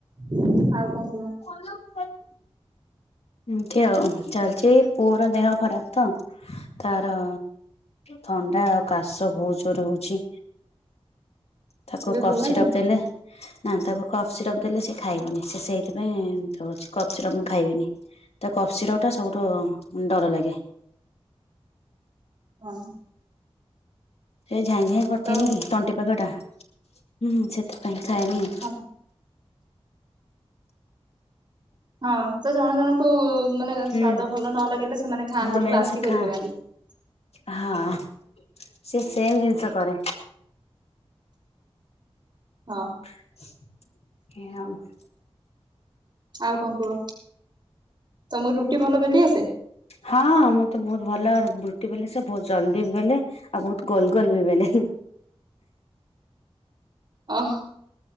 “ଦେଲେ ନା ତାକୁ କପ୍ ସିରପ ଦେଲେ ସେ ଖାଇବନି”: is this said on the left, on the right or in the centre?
Left